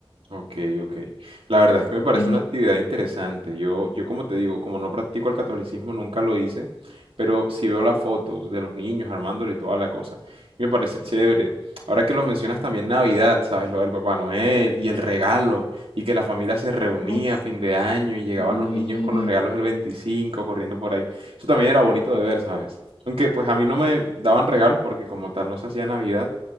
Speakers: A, on the right; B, on the left.
A: Ok, ok. La verdad es que me parece
B: Es,
A: una
B: mu-
A: actividad interesante. Yo, yo como te digo, como no practico el catolicismo, nunca lo hice, pero sí veo las fotos de los niños armándolo y toda la cosa. Y me parece chévere. Ahora que lo mencionas también Navidad, ¿sabes? Lo del Papá Noel y el regalo, y que la familia se reunía
B: Ay,
A: a fin de año y llegaban
B: Sí,
A: los niños con los regalos del 25 corriendo por ahí. Eso también era bonito de ver, ¿sabes? Aunque pues a mí no me daban regalos porque como tal no se hacía Navidad.